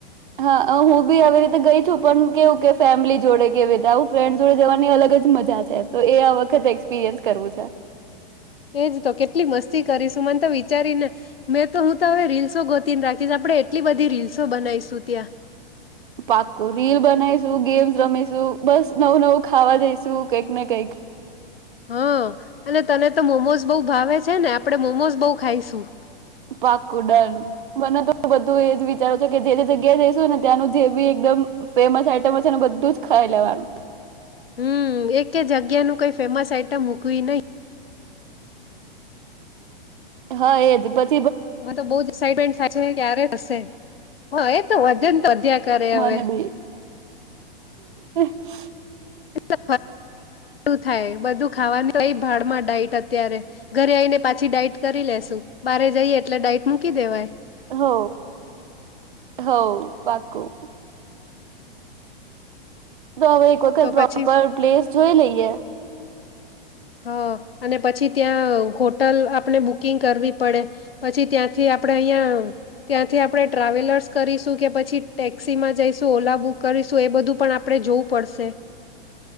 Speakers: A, on the right; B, on the left.
A: હા હું બી આવી રીતે ગઈ છું પણ કેવું કે ફેમિલી જોડે કેવી રીતે આવું ફ્રેન્ડસ જોડે જવાની અલગ જ મજા છે, તો એ આ વખત એક્સપિરિયન્સ કરવું છે.
B: એજ તો કેટલી મસ્તી કરીશ. તું મને તો વિચારીને, મેં તો હું તો હવે રીલ્સો ગોતીને રાખીશ આપડણે એટલી બધી રીલ્સો બનાવીશું ત્યાં.
A: પાકું રીલ બનાવીશું ગેમ્સ રમીશું બસ નવું-નવું ખાવા દઈશું કઈક ને કઈક.
B: હા, અને તને તો મોમોઝ બહુ ભાવે છે ને આપણે મોમોઝ બહુ ખાઈશું.
A: પાકુડન, મને તો બધું એજ વિચારો છેો કે જે જે જગ્યા જઈશું ને ત્યાંનું જે બી એકદમ ફેમસ આઈટમ હશે ને બધું જ ખાઈ લેવાનું.
B: હમમ, એક જગ્યા ન કઈ ફેમસ આઈટમ મૂકવી નહી.
A: હા એજ બધું
B: મ તો બહ જ એસાઇટમેન્ટ થ ક્યારે હશે, હ એ તો વધન તો અ્યા કરે
A: મને
B: હવે.
A: બી <inaudible>
B: બ થાય બધું ખાવાનું કઈ ભાડ માં ડાટ અત્યારે ઘરે આવીઈને પાછી ડઇટ કરી લસુ બરે જઈએ એટલે ડઇટ મૂકી દેવાય.
A: હ, હો. પાકું. તો હવે એક વખત
B: તો પછી
A: પ્રોપર પ્લેસ જોઈ લઈએ.
B: હ, અને પછી ત્યાં હોટલ આપણે બુકિંગ કરવી પડે, પછી ત્યાંથી આપણે અહિયાં ત્યાંથી આપણે ટ્રાવેલર્સ કરીશું કે પછી ટેક્સી માં જઈશું ઓલા બુક કરીશું એ બધું પણ આપણે જોવું પડશે. સે.